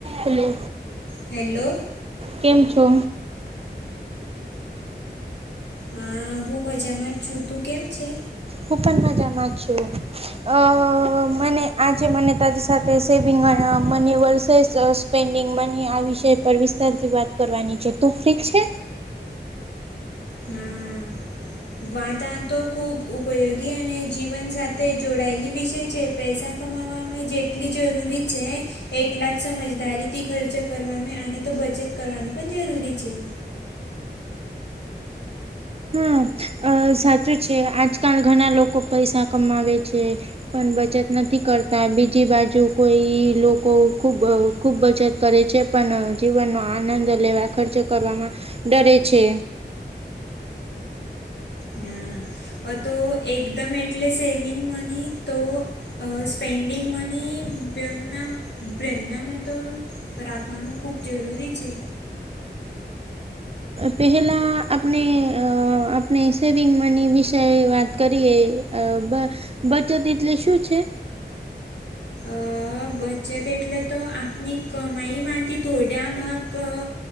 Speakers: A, on the right; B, on the left.
A: Hello,
B: hello
A: કેમ છો?
B: હા, હું મજામાં જ છું, તું કેમ છે?
A: હું પણ મજા મા જ છું. અ મને આજે મને તારી સાથે સેવિંગ, અને money versus uh pending money આ વિષય પર વિસ્તારથી વાત કરવાની છે, તું ફ્રી છે?
B: હમ. વાતા આ તો ખૂબ ઉપયોગી, અને જીવન સાથે જોડાયેલી વિશે છે પૈસા. કમાવામાં જેટલી જરૂરી છે. એટલા જ સમજદારીથી ખર્ચો કરવામાં, આને તો બચત કરવાનું પણ જરૂરી છે.
A: હમ, અ સાચું છે, આજકાલ ઘણા લોકો પૈસા કમાવે છે. પણ બચત નથી કરતા, બીજી બાજુ કોઈ લોકો ખૂબ ખૂબ બચત કરે છે, પણ જીવનનો આનંદ લેવા ખર્ચો કરવામાં ડરે છે.
B: હા. હ, તો એકદમ એટલે સેવિંગ મની તો સ્પેન્ડીંગ મની <unintelligible> રાખવાનું ખૂબ જરૂરી છે.
A: પહેલાં આપણે અ આપણે સેવિંગ મની વિશે વાત કરીએ? અ બ બચત એટલે શું છે?
B: અ. અ બચત એટલે તો આપની કમાઈમાંથી થોડા ભાગ અ